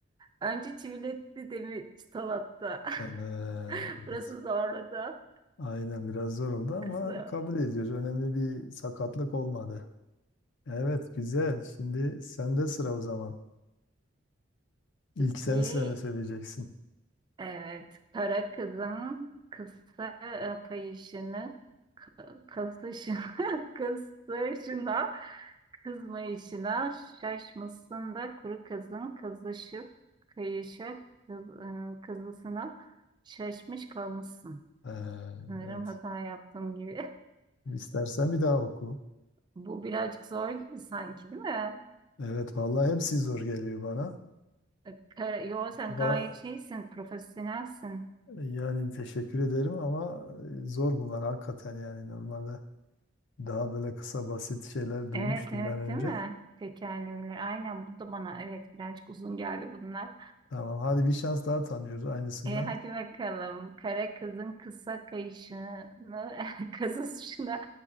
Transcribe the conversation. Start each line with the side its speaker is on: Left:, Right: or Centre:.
Right: Önce çiviletti de mi çıtalattı.
Left: Evet.
Right: <laughs> Burası zorladı.
Left: Aynen biraz zor oldu
Right: Bu
Left: ama
Right: kızı.
Left: kabul ediyoruz. Önemli bir sakatlık olmadı. Evet güzel. Şimdi sende sıra o zaman. İlk
Right: Peki
Left: sen sene söyleyeceksin.
Right: Evet, kara kızın kısa e, kayışını, kasışını, <laughs> kısışına, kızmayışına şaşmışsın da kuru kızın kızışıp kayışa kız, e, kızısına şaşmış kalmışsın.
Left: Evet.
Right: Sanırım hata yaptığım gibi.
Left: İstersen bir daha oku.
Right: <laughs> Bu birazcık zor gibi sanki değil mi?
Left: Evet vallahi hepsi zor geliyor bana.
Right: E, ka- Yo sen
Left: Ba-
Right: gayet şeysin, profesyonelsin.
Left: yani teşekkür ederim ama e, zor bunlar hakikaten yani normalde daha böyle kısa basit şeyler duymuştum
Right: Evet evet
Left: ben önce.
Right: değil mi? Tekerlemeler. Aynen bu da bana evet birazcık uzun geldi bunlar.
Left: Tamam hadi bir şans daha tanıyoruz aynısından.
Right: E, hadi bakalım. Kara kızın kısa kayışını, <laughs> kazışına,